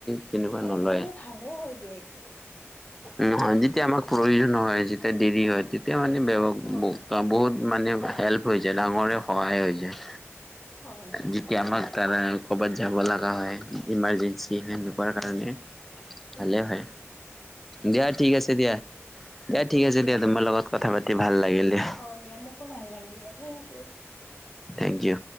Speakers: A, in the centre; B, on the left.
A: তেনেকুৱা
B: হ'লেও
A: নলয়।
B: মানে ভালে হৈ দিয়া এইটো।
A: উম্, যেতিয়া আমাক প্ৰয়োজন হয়। যেতিয়া দেৰি হয়, তেতিয়া মানে ব্যৱ
B: হয় হয়
A: বহুত মানে হেল্প হৈছে, ডাঙৰে সহায় হৈ যায়।
B: হয়
A: যি কি আমাক তাৰা কৰ'বাত যাব লগা হয়, ইমাৰজেঞ্চি সেনেকুৱা কাৰণে। ভালে
B: উম্,
A: হয়
B: উম্।
A: দিয়া, ঠিক আছে দিয়া। দিয়া
B: উম
A: ঠিক
B: উম
A: আছে দিয়া,
B: ঠিক
A: তোমাৰ
B: আছে
A: লগত
B: দিয়া
A: কথা পাতি ভাল লাগিল দিয়া।
B: অ', দিয়া মোকো ভাল লাগিল দিয়া। Thank you.
A: Thank U.